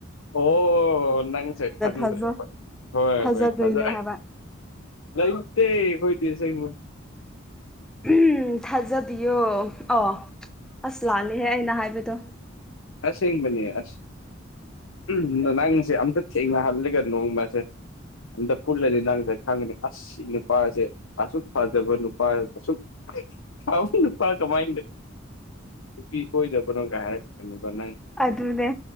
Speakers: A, on the left; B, in the centre.
A: ꯑꯣ ꯅꯪꯁꯦ ꯈꯪꯗ꯭ꯔꯦ
B: ꯊꯥꯖ
A: ꯍꯣꯏ ꯍꯣꯏ
B: ꯊꯥꯖꯗꯣꯏꯅꯣ
A: ꯍꯣꯏ ꯐꯖ
B: ꯍꯥꯏꯕ
A: ꯂꯩꯇꯦ ꯈꯣꯏꯗꯤ ꯑꯁꯦꯡꯕ
B: ꯎꯝ ꯊꯥꯖꯕꯤꯌꯣ ꯑꯣ ꯑꯁ ꯂꯥꯜꯂꯦꯍꯦ ꯑꯩꯅ ꯍꯥꯏꯕꯗꯣ
A: ꯑꯁꯦꯡꯕꯅꯦ ꯑꯁ ꯎꯝ ꯅꯪꯁꯦ ꯑꯝꯇ ꯊꯦꯡꯅꯍꯜꯂꯦꯒ ꯅꯣꯡꯃꯁꯦ ꯑꯝꯇ ꯄꯨꯜꯂꯗꯤ ꯅꯪꯖꯦ ꯈꯪꯒꯅꯤ ꯑꯁ ꯁꯤ ꯅꯨꯄꯥꯁꯦ ꯑꯁꯨꯛ ꯐꯖꯕ ꯅꯨꯄꯥ ꯑꯁꯨꯛ ꯐꯕ ꯅꯨꯄꯥ ꯀꯃꯥꯏꯅ ꯅꯨꯄꯤ ꯀꯣꯏꯗꯕꯅꯣ ꯀꯥꯏ ꯍꯔꯀꯅꯨꯀꯣ ꯅꯪ
B: ꯑꯗꯨꯅꯦ